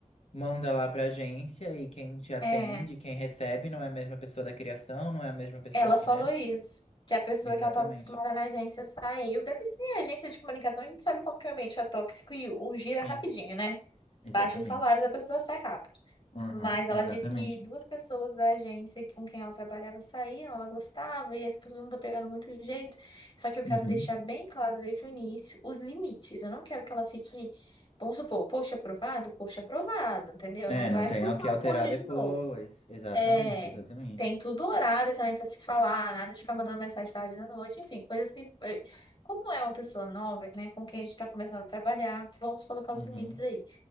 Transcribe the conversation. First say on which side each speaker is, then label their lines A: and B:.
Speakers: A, on the left (about 55°); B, on the left (about 40°).
A: manda lá para a agência e quem te atende,
B: É.
A: quem recebe, não é a mesma pessoa da criação, não é a mesma pessoa
B: Ela
A: que,
B: falou
A: né?
B: isso, que a pessoa
A: Exatamente.
B: que ela estava acostumada na agência saiu. Deve ser agência de comunicação, a gente sabe como que o ambiente é tóxico e o
A: Sim,
B: gira rapidinho, né?
A: exatamente.
B: Baixa os salários, a pessoa sai rápido.
A: Aham,
B: Mas
A: exatamente.
B: ela disse que duas pessoas da agência com quem ela trabalhava saíram, ela gostava, e as pessoas não estão pegando muito jeito. Só que eu quero
A: Uhum.
B: deixar bem claro desde o início os limites. Eu não quero que ela fique, vamos supor, poxa aprovado, poxa aprovado, entendeu?
A: É,
B: Não vai
A: não tem
B: fuçar
A: o que alterar
B: o poxa
A: depois.
B: de novo.
A: Exatamente,
B: É,
A: exatamente.
B: tem tudo horário também pra se falar, nada de ficar mandando mensagem tarde da noite, enfim, coisas que, eh, como é uma pessoa nova, né, com quem a gente tá começando a trabalhar, vamos colocar
A: Uhum.
B: os limites aí.